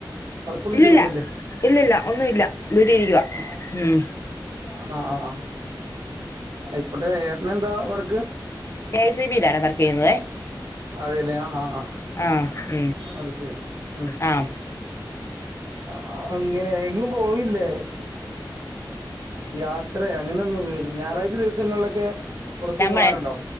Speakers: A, on the right; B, on the left.
A: വർക്കൊന്നും
B: ഇല്ലില്ല
A: ചെയ്യുന്നില്ലേ
B: ഇല്ലില്ല ഒന്നുമില്ല വീട്ടിലിരിക്കുവാ
A: ആ
B: ഉം
A: ആഹ് ആഹ് ആഹ് ആയിക്കോട്ടെ ഏട്ടന് എന്താ വർക്ക്
B: കെ ഐസി ബി യിലാണ് വർക്കെയ്യുന്നതേ
A: അതെല്ലേ ആഹ് ആഹ്
B: ആഹ് ഉം
A: അത് ശരി ഉം
B: ആഹ്
A: ആ അങ്ങനെ എങ്ങും പോവില്ലേ യാത്ര അങ്ങനെ ഒന്നു പോയില്ല ഞായറാഴ്ച ദിവസങ്ങളിലൊക്കെ പുറത്തു
B: നമ്മൾ
A: പോവാറുണ്ടോ